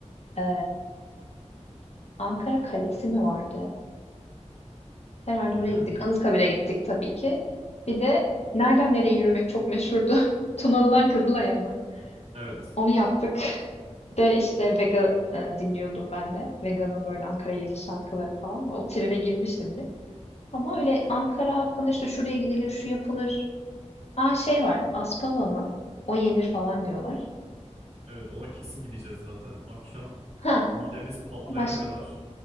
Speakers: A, on the left; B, on the right.
A: E, Ankara Kalesi mi vardı? Herhalde
B: Bilmiyorum
A: oraya gittik.
B: ki.
A: Anıtkabir'e gittik tabii ki. Bir de nereden nereye yürümek çok meşhurdu. <laughs> Tunalı'dan Kızılay'a mı?
B: Evet.
A: Onu yaptık. Bir de işte Vega e, dinliyordum ben de. Vega'nın böyle Ankara ile ilgili şarkıları falan. O tribe girmiştim Ama öyle Ankara hakkında işte şuraya gidilir, şu yapılır. Aa şey var, Aspava mı? O yenir falan diyorlar.
B: Evet ona kesin gideceğiz zaten. Akşam
A: Ha,
B: midemiz patlayana
A: başka.
B: kadar,